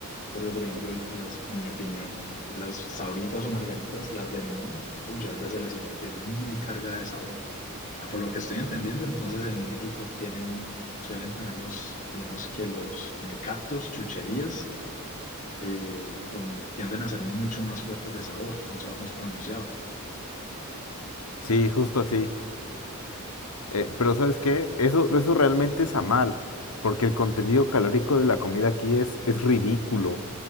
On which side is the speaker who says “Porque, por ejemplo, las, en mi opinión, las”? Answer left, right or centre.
Left